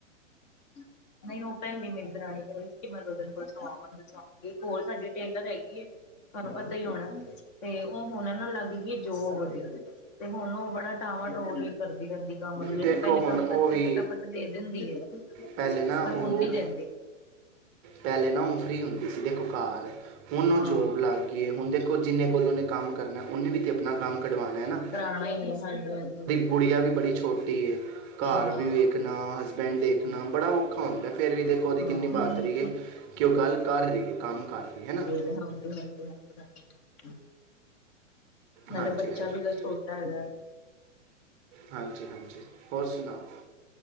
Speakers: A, on the left (about 35°); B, on the right (about 25°).
A: ਹਾਂ ਨਹੀਂ ਉਹ ਪੈਲੀ ਮੇਰੀ ਦਰਾਣੀ ਕਹ ਰਦੀ ਸੀ ਕਿ ਮੈ ਓਥੇ ਕੋਲ ਸੁਵਾਵਾਂਗੀ ਇੱਕ ਹੋਰ ਸਾਡੀ ਟੇਲਰ ਹੈਗੀ ਹੈ ਤੁਹਾਨੂੰ ਪਤਾ ਹੀ ਹੋਣਾ ਤੇ ਉਹ ਹੁਣ ਇਹ ਨਾ ਲੱਗ ਗਈ ਜੋ ਵਧੀਆ ਤੇ ਹੁਣ ਉਹ ਬੜਾ ਟਾਵਾਂ ਟੋਲ ਕਰਦੀ ਰਹਿੰਦੀ ਕੰਮ ਨਹੀ ਤੇ
B: ਦੇਖੋ
A: ਨੇ ਪਹਿਲੇ
B: ਹੁਣ
A: ਕੰਮ
B: ਉਹ
A: ਕਰਕੇ
B: ਵੀ
A: ਫਟਾਫਟ ਦੇ ਦਿੰਦੀ ਹੈ
B: ਪਹਿਲੇ ਨਾ
A: ਪਰ
B: ਉਹ
A: ਹੁਣ ਨੀ ਦੇਦੀ
B: ਪਹਿਲੇ ਨਾ ਉਹ ਫ੍ਰਰੀ ਹੁੰਦੀ ਸੀ ਦੇਖੋ ਘਰ ਹੁਣ ਉਹ
A: ਹਾਂ
B: ਜੋਬ ਲੱਗ ਗਈ ਹੁਣ ਦੇਖੋ ਜਿੰਨੇ ਕੋਲ ਉਹਨੇ ਕੰਮ ਕਰਨਾ ਹੈ ਉਹਨੇ ਵੀ ਆਪਣਾ ਕੰਮ ਕਢਵਾਉਣਾ ਹੈ ਨਾ
A: ਦਰਾਣੀ ਹੈ ਹਾਂਜੀ ਹਾਂਜੀ
B: ਗੁੜੀਆਂ ਵੀ ਬੜੀ ਛੋਟੀ, ਹੈ ਘਰ
A: ਹਾਂ
B: ਵੀ ਵੇਖਣਾ, ਹਸਬੈਂਡ ਦੇਖਣਾ ਬੜਾ ਔਖਾ। ਔਖਾ ਉਂਦਾ ਫੇਰ ਵੀ ਦੇਖੋ, ਉਹਦੀ ਕਿੰਨੀ
A: ਹਾਂ
B: ਬਾਦਰੀ ਰਹੀਏ ਕਿ ਉਹ ਗੱਲ ਕਰ ਰਹੀਏ, ਕੰਮ ਕਰ ਰਹੀ ਹਨਾ।
A: ਹਾਂਜੀ -ਹਾਂਜੀ -ਹਾਂਜੀ। ਨਾਲੇ
B: ਹਾਂਜੀ
A: ਬੱਚਾ
B: ਹਾਂਜੀ
A: ਵੀ ਉਹਦਾ ਛੋਟਾ ਹੈਗਾ।
B: ਹਾਂਜੀ- ਹਾਂਜੀ, ਹੋਰ ਸੁਣਾਓ।